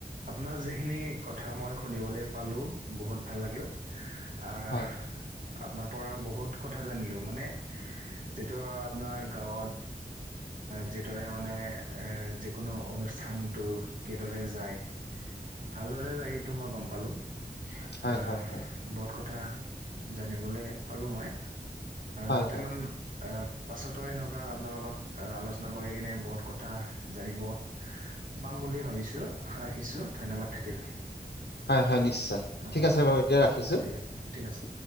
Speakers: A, on the right; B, on the left.
A: আপোনাৰ যিখিনি কথা মই শুনিবলৈ পালো বহুত ভাল লাগিল অহ,
B: হয়
A: আপোনাৰ পৰা বহুত কথা জানিলো মানে যিটো আপোনাৰ গাঁৱত। যি দৰে মানে এ কোনো অনুষ্ঠানতটো কিদৰে যায় ভালদৰে যায় এইটো মই গম পালো
B: হয়
A: আহ
B: হয় হয় হয়
A: বহুত কথা জানিবলৈ পালো মই
B: হয়
A: যাতে
B: হয়
A: মান পাছতো এনেকুৱা আপোনালোকত আহ আলোচনা কৰি কেনে বহুত কথা জানিব। পাম বুলি ভাবিছো আশা ৰাখিছো ধন্যবাদ থাকিল।
B: হয় হয় নিশ্চয়
A: আহ
B: ঠিক আছে বাৰু এতিয়া ৰাখিছো
A: ঠিক আছে ঠিক আছে।